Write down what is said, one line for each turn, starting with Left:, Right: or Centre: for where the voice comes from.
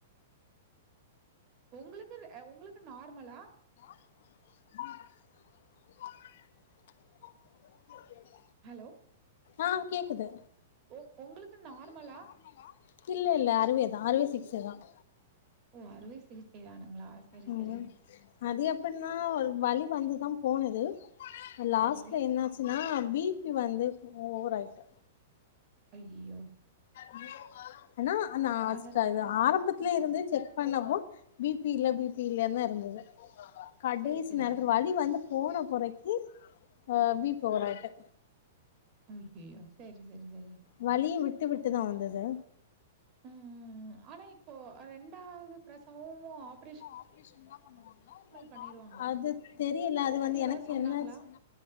Right: உங்ளுக்கு ஹ உங்ளுக்கு நார்மலா
Left: <inaudible>
Right: ஹலோ
Left: ஆஹ் கேக்குது
Right: ஒ உங்களுக்கு நார்மலா?
Left: உங்ளுக்கு நார்மல்லா இல்ல
Right: பொண்ணு?
Left: இல்ல அறுவைதான் அறுவை சி <unintelligible>
Right: ஓ அறுவை சிகிச்சைதானுங்ளா செரி
Left: ம்
Right: செரி
Left: அது எப்பட்னா அவளுக்கு வலி வந்துதா போனது லாஸ்ட்ல
Right: சரி.
Left: என்னாசின்னா பிபி வந்து ஒ ஒவராய்ட்
Right: அய்யயோ
Left: <inaudible> ஆனா நான்ஸ்டர்
Right: அதனாலயா?
Left: இது ஆரம்பத்துலயே இருந்தே செக் பண்ணப்போ பிபி இல்ல- பிபி இல்லனுதா இருந்துது கடைசி
Right: சரி, சரி.
Left: நேரத்துல வலி வந்து போன பொறைக்கி அஹ் பீ பி ஓவராய்ட்டு
Right: அய்யய்யோ செரி செரி செரி
Left: வலியும் விட்டு விட்டுதா வந்துது
Right: உம்ம்ம் ஆனா இப்போ ரெண்டாவது பிரசவமும் ஆஃப்
Left: <inaudible>
Right: பண்ணிருவாங்களா?
Left: அது தெரியல அது வந்து
Right: ஏதாவது
Left: எனக்கு
Right: சொன்னாங்களா?
Left: என்னசி